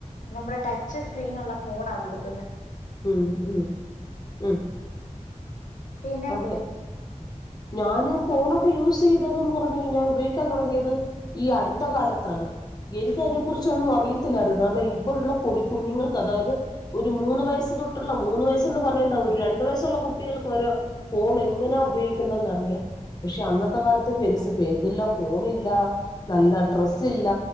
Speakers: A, on the left; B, on the left.
A: നമ്മുടെ ടച്ച് സ്ക്രീനുള്ള ഫോണ കൊടുക് ക്ന്നേ
B: ഉം ഉം ഉം
A: പിന്നെ
B: അതെ ഞാൻ ഫോണൊക്കെ യൂസ് ചൈതന്ന് പറഞ്ഞ് കയിഞ്ഞാൽ ഉപയോഗിക്കാൻതുടങ്ങിയത് ഈ അടുത്തകാലത്താണ് എനിക്ക്
A: ഉം
B: അതിനെ കുറിച്ച് ഒന്നും അറി ത്തില്ലായിരുന്നു അന്ന് ഇപ്പോ യുള്ള പൊടികുഞ്ഞുങ്ങൾക്ക് അതായത് ഒര് മൂന്ന് വയസ് തൊട്ട്ള്ള മൂന്ന് വയസ്സ് ന്ന് പറയണ്ടാ ഒര് രണ്ട് വയസ്സുള്ള കുട്ടികൾക്ക് വരെ ഫോണ് ങ്ങനെ ഉപയോഗി ക്കണ്ടന്ന് അറിയാം പക്ഷേ അന്നത്തെ കാലത്ത് പെൻസിപ്പ്ഫോണില്ല നല്ല ഡ്രസ്സ് ഇല്ല